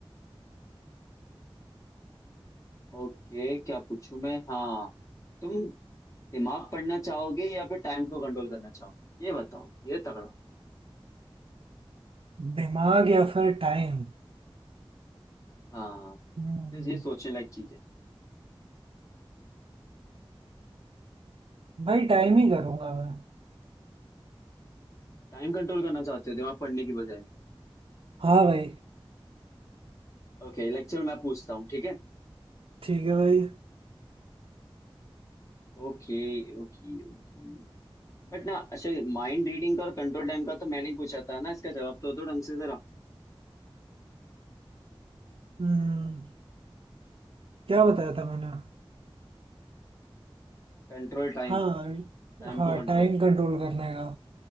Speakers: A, on the left (about 35°); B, on the right (about 75°).
A: ओके क्या पूछूं मैं हाँ तुम दिमाग पढ़ना चाहोगे या फिर टाइम को कंट्रोल करना चाहोगे ये बताओ ये तगड़ा
B: दिमाग या फिर टाइम
A: हाँ
B: हम्म,
A: तो ये सोचने लायक चीज है
B: भाई टाइम ही करूंगा मैं
A: टाइम कंट्रोल करना चाहते हो दिमाग पढ़ने की बजाय
B: हाँ भाई
A: ओके लेक्चर मैं पूछता हूँ ठीक है
B: ठीक है भाई
A: Okay okay okay बट ना अच्छा माइंड रीडिंग का और कंट्रोल टाइम का तो मैंने ही पूछा था ना इसका जवाब तो दो ढंग से जरा
B: हम्म क्या बताया था मैंने
A: Control time
B: हाँ
A: टाइम
B: हाँ
A: को कंट्रोल
B: टाइम कंट्रोल करने का